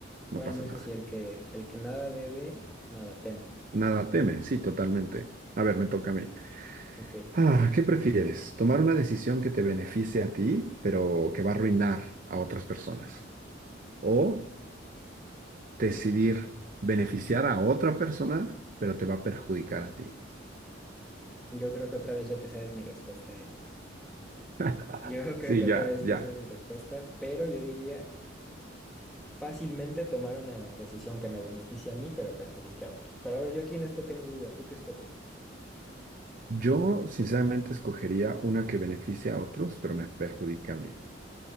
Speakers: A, in the centre; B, on the right (about 45°).
A: Bueno,
B: no pasa
A: eso
B: nada.
A: sí, el que, el que nada debe, nada teme.
B: Nada teme, sí, totalmente. A ver, me toca a mí.
A: Ok,
B: Ah, ¿qué prefieres? ¿Tomar una decisión que te beneficie a ti, pero que va a arruinar a otras personas? ¿O decidir beneficiar a otra persona, pero te va a perjudicar a ti?
A: yo creo que otra vez ya te sabes mi respuesta, ¿eh?
B: <laughs>
A: Yo <laughs> creo
B: Sí,
A: que
B: ya,
A: otra vez
B: ya.
A: te sabes mi respuesta, pero yo diría fácilmente tomar una decisión que me beneficie a mí, pero perjudique a otros. Pero a ver, yo aquí en esto tengo duda, ¿tú qué escoges?
B: Yo sinceramente escogería una que beneficie a otros, pero me perjudique a mí.